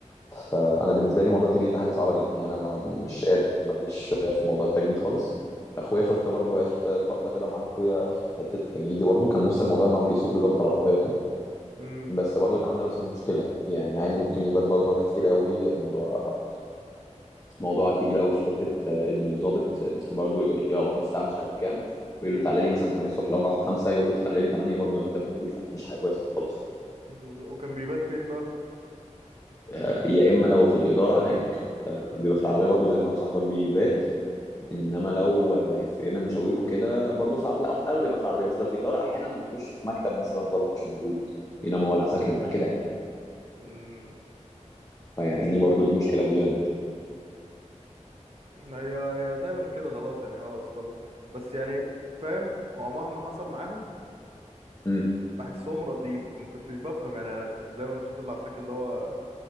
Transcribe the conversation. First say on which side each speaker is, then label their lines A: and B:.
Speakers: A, on the left; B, on the right.
A: فانا بالنسبه لي موضوع التجنيد ده حاجه صعبه جدا يعني انا ما مش قادر ماليش في موضوع التجنيد خالص اخويا شفت برضو عشت لقطه كده مع اخويا في حته التجنيد دي برضو كان نفس الموضوع ان هو بيسوق لضابط العربيه وكده
B: امم
A: بس برضو كان عنده نفس المشكله يعني عادي ممكن يبات بره كتير قوي موضوع موضوع كبير قوي في حته آه، ان الضابط برضو يروحوا الساعه مش عارف كام ويقول له تعالى لي مثلا 8 الصبح لو راحوا 5 يقول له تعالى لي 8 برضو زي ما انت بتقول فمش حاجه كويسه خالص
B: بز- وكان بيبات فين بقى
A: آه، يا اما لو في الاداره هناك آه، بيبقى
B: ماشي
A: في العربيه برضو زي ما صاحبك بيبات انما لو آه، في بيعمل مشاوير وكده برضه في العربيه لا هو في الاغلب بيبقى في العربيه بس لو في اداره احيانا بيخش في مكتب مثلا ضابط مش موجود انما هو العساكر اللي معاه كده يعني
B: امم
A: فيعني برضه دي مشكله كبيره جدا
B: هي هي دايما كده خلاص يعني هو اصلا بس يعني فاهم هو مهما حصل معاهم
A: امم
B: بحسهم راضيين فما كنتش بفهم يعني انا كنت دايما بشوف اللي عساكر اللي هو